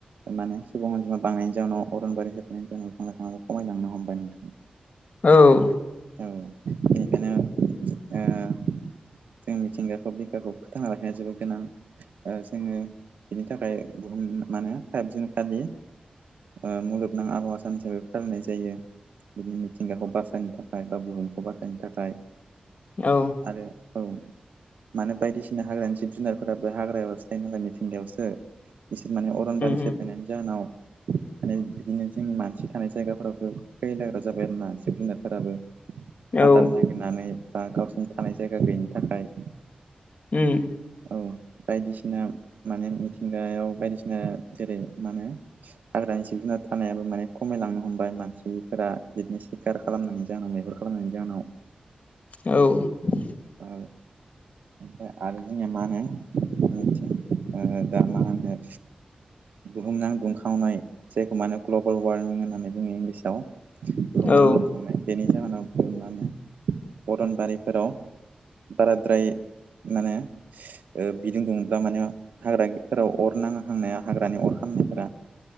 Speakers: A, on the right; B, on the left.
A: माने सुबुं अनजिमा बांनायनि जाउनाव अरनबारिखो बेनि जाउनाव बिफां लाइफांङाबो खमायलांनो हमबाय नोंथां
B: औ
A: औ बेनिखायनो ओ जों मिथिंगाखौ बिखाखौ फोथांना लाखिनाया जोबोद गोनां जोंङो बिनि थाखाय बुहुम माने फाइभ जुन फालि ओ मुलुगनां आबहावा सान हिसाबै फालिनाय जायो बिदिनि मिथिंगाखौ बासायनो थाखाय बा बुहुमखौ बासायनो थाखाय
B: औ
A: आरो औ मानो बायदिसिना हाग्रानि जिब जुनारफोराबो हाग्रायावसो थायो नालाय मिथिंगायावसो बिसोर माने अरनबारि
B: उम
A: सेफायनायनि
B: उम
A: जाहोनाव माने बिदिनो जोंनि मानसि थानाय जायगाफोरावसो फैलाग्रा जाबाय आरो ना जिब जुनारफोराबो
B: औ
A: आदार नाय गिरनानै बा गावसिनि थानाय जायगा गैयिनि थाखाय
B: उम
A: औ बायदिसिना माने मिथिंगायाव बायदिसिना जेरै मा होनो हाग्रानि जिब जुनार थानायाबो माने खमायलांनो हमबाय मानसि गैयैफोरा बिदिनो सिखार खालामनायनि जाहोनाव मैहुर खालामनायनि जाहोनाव
B: औ
A: ओ ओफ्राय आरो जोंनिया मानो मिथिं ओ दा मा होनो बुहुम नां दुंखावनाय जायखौ मानो ग्लबेल वारमिं होननानै बुङो इंलिसाव बुहुमनां
B: औ
A: दुंखावनाय बेनि जाहोनाव मा होनो अरनबारिफोराव बाराद्राय माने ओ बिदि दुंब्ला माने हाग्राफोराव अर नाहांनाया हाग्रानि अर खामनाय